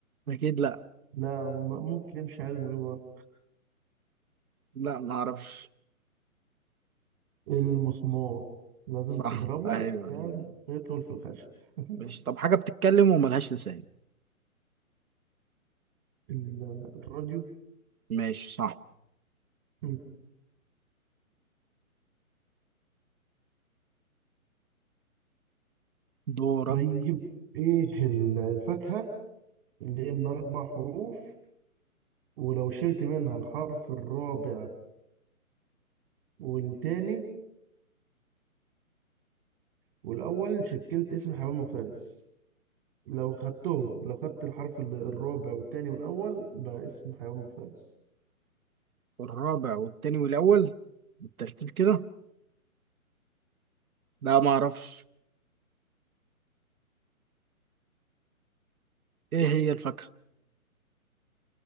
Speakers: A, on the right; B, on the right.
A: أكيد لا
B: لا م- ممكن يمشي عادي من غير ضرب
A: لا ما أعرفش
B: المسمار لازم
A: صح
B: تضربه
A: أيوه
B: عشان
A: أيوه
B: يدخل في الخشب <laughs>
A: ماشي طب حاجة بتتكلم وملهاش لسان
B: ال- الراديو
A: ماشي صح
B: مم.
A: دورك
B: طيب ايه ال- الفاكهة اللي هي من أربع حروف ولو شلت منها الحرف الرابع والتاني والأول شكلت اسم حمام وفارس لو خدتهم لو خدت الحرف ال- الرابع والتاني والأول بقى اسم حيوان مفترس
A: الرابع والتاني والأول بالترتيب كده لا ما أعرفش إيه هي الفاكهة